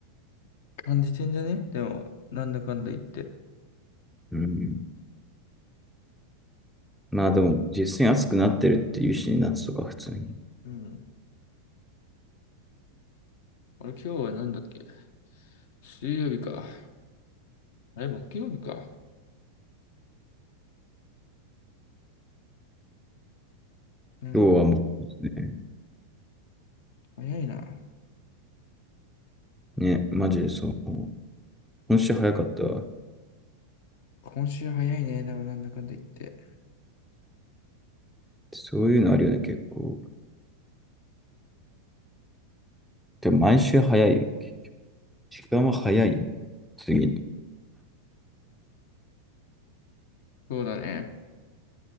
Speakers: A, on the left; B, in the centre.
A: 感じてんじゃねでも、なんだかんだ言って。
B: うんまあでも、実際に暑くなってるっていうしね、夏とか普通に。
A: うん。あれ、今日はなんだっけ水曜日か。あれ、木曜日か。なるほど。
B: 今日はもう
A: 早いな。
B: ね、ね、マジでそう。今週早かったわ。
A: 今週早いね。でもなんだかんだ言って。
B: そういうのあるよね、結構。でも毎週早いよね。時間は早いよ。次の。
A: そうだね。